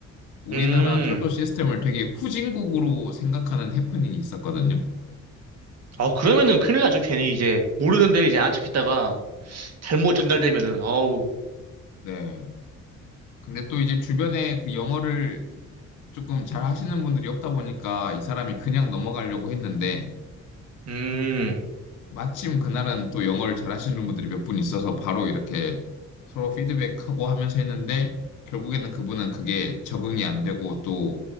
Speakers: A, on the left; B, on the right.
A: 우리나라
B: 음.
A: 철도 시스템을 되게 후진국으로 생각하는 해프닝이 있었거든요.
B: 아, 그러면은 큰일 나죠. 괜히 이제 모르는데
A: 네,
B: 이제 안 찾겠다가 잘못
A: 그렇죠.
B: 전달되면은 어우.
A: 네. 근데 또 이제 주변에 그 영어를 조금 잘 하시는 분들이 없다 보니까 이 사람이 그냥 넘어가려고 했는데
B: 음.
A: 마침 그날은 또 영어를 잘 하시는 분들이 몇 분 있어서 바로 이렇게 서로 피드백하고 하면서 했는데 결국에는 그분은 그게 적응이 안 되고 또